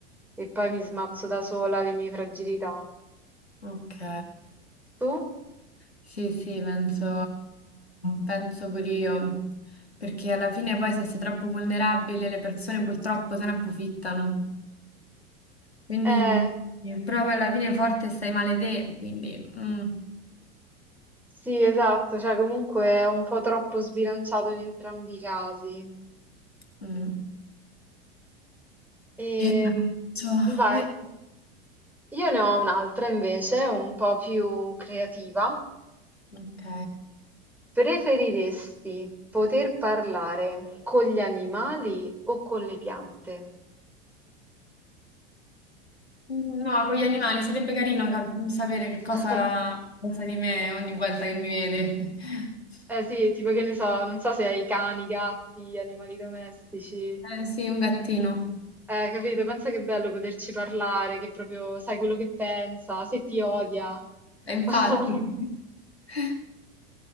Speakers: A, in the centre; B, on the left.
A: e poi mi smazzo da sola le mie fragilità.
B: Ok.
A: Tu?
B: Sì, sì, penso, penso pure io. Perché alla fine poi se sei troppo vulnerabile le persone purtroppo se ne approfittano. Quindi,
A: Eh,
B: però poi alla fine forte stai male te, quindi... mm,
A: sì, esatto, cioè comunque è un po' troppo sbilanciato in entrambi i casi.
B: mm.
A: Ehm,
B: E penso-
A: vai.
B: eh,
A: Io ne ho un'altra invece, un po' più creativa.
B: Ok.
A: Preferiresti poter parlare con gli animali o con le piante?
B: Mm, No, con gli animali sarebbe carino cap- sapere che
A: <laughs>
B: cosa pensa di me ogni volta che mi vede. <laughs>
A: Eh sì, tipo che ne so, non so se hai cani, gatti, animali domestici.
B: Eh, sì, un gattino.
A: Eh, capito? Pensa che è bello poterci parlare, che proprio sai quello che pensa, se ti odia.
B: Eh, infatti.
A: <laughs>
B: <laughs>